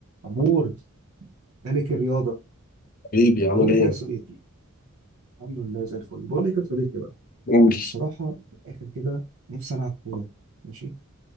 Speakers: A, on the right (about 80°); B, on the left (about 40°).
A: أمور ملك الرياضة
B: حبيبي عامل
A: بقول لك
B: ايه؟
A: إيه يا صديقي الحمد لله زي الفل بقول لك يا صديقي بقى
B: قول
A: أنا الصراحة من الآخر كده نفسي ألعب كورة ماشي